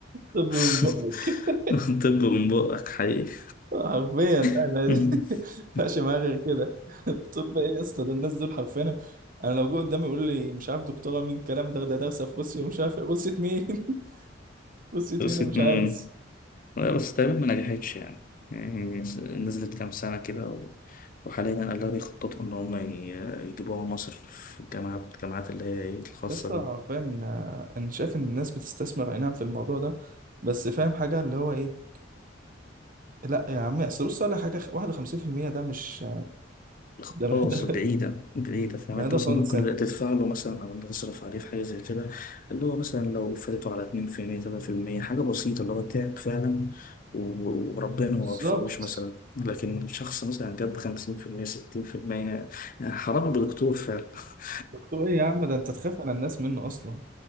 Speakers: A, on the right; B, on the left.
A: طب
B: <laughs>
A: من بقك
B: طب من بقك حقيقي
A: حرفيا لا
B: <laughs>
A: ما <laughs> ما ينفعش معايا غير كده طب ايه يا اسطى ده الناس دول حرفيا انا لو جه قدامي يقول لي مش عارف دكتوره مين الكلام ده ده دارسه في روسيا ومش عارف إيه. روسيا مين <laughs> روسيا
B: خلصت
A: مين انا مش
B: من
A: عايز
B: لا بس تقريبا ما نجحتش يعني يعني نزلت كام سنة كده و... وحاليا أنا لا بيخططوا إن هم ي- يجيبوها مصر في الجامعات الجامعات اللي هي إيه الخاصة
A: يا اسطى حرفيا آه، انا شايف ان الناس بتستثمر اي نعم في الموضوع ده بس فاهم حاجه اللي هو ايه لا يا عم اصل بص على حاجه 51% ده مش
B: خلاص
A: ده ده
B: بعيدة بعيدة فاهم
A: ده
B: انت مثلا
A: <laughs> خالص
B: ممكن
A: يعني
B: تدفع له مثلا او تصرف عليه في حاجة زي كده اللي هو مثلا لو فاتته على اتنين في المية تلاتة في المية حاجة بسيطة اللي هو تعب فعلا و- وربنا ما
A: بالظبط
B: وفقوش مثلا لكن شخص مثلا جاب خمسين في المية ستين في المية يعني حرام بدكتور فعلا <laughs>
A: دكتور ايه يا عم ده انت تخاف على الناس منه اصلا